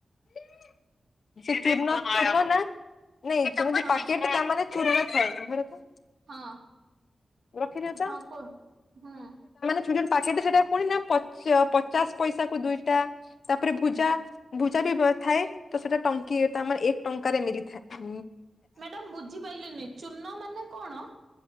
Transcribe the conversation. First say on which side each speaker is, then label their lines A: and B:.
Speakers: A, on the left (about 70°); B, on the right (about 75°).
A: <inaudible> ସେ ଚୂନ ଚୂନ ନା ନାଇଁ ତମେ ଯୋଉ
B: ହଁ
A: ପାକେଟ ତାମାନେ ପୁରୁଣା ଖାଏ, ଆମର ତ
B: ହଁ <inaudible>
A: ରଖିଦିଅ ତ
B: ହଁ କୁହ <inaudible> ହୁଁ।
A: <unintelligible> ପାକେଟ ସେଟା ପୁଣି ନା ପଚାଶ ପଇସା କୁ ଦୁଇଟା ତାପରେ ଭୁଜା ଭୁଜା ବି ଥାଏ, ତ ସେଟା ଟଙ୍କିଏ ଏକ ଟଙ୍କାରେ ମିଳିଥାଏ।
B: ମ୍ୟାଡାମ ବୁଝିପାରିଲିନି ଚୁନ ମାନେ କଣ?